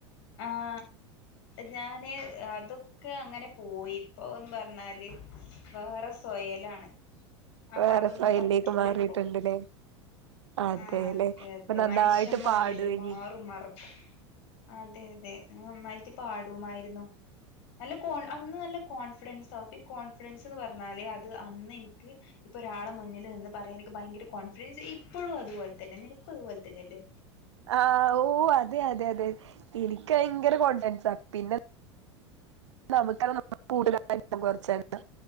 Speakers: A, on the left; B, on the right.
A: ആ ഞാന് അതൊക്കെ അങ്ങനെ പോയിപ്പൊ എന്ന് പറഞ്ഞാല് വേറെ സ്വയലാണ് അപ്പൊ
B: വേറെ
A: അതൊന്നും
B: സൊയലിലേക്ക്
A: പറ്റൂല
B: മാറിയിട്ടുണ്ടല്ലേ
A: ഇപ്പൊ
B: അതെല്ലേ
A: ആ അതെ അതെ
B: ഇപ്പൊ നന്നായിട്ട്
A: മനുഷ്യമാരല്ലേ
B: പാടുവേനി
A: മാറും മറക്കും അതെ അതെ ഞാൻ നന്നായിട്ട് പാടുമായിരുന്നു നല്ലോം കോൺ അന്ന് നല്ല കോൺഫിഡൻസ് പ്പി കോൺഫിഡൻസ് ന്ന് പറഞ്ഞാല് അത് അന്ന് ഇൻക്ക് ഇപ്പൊ ഒരാളെ മുന്നിൽ നിന്ന് പറയാൻ എനിക്ക് ഭയങ്കര കോൺഫിഡൻസ് ഇ ഇപ്പഴും അതുപോലെന്നെ നിനക്കും അതുപോ തന്നല്ലേ
B: ആ ഓ അതെ അതെ അതെ ഇനിക്ക് ഭയങ്കര കോൺഡൻസാ പിന്നെ നമ്ക്കാണ് കൂടുതൽ യാലും കൊറച്ച് കാണ്ക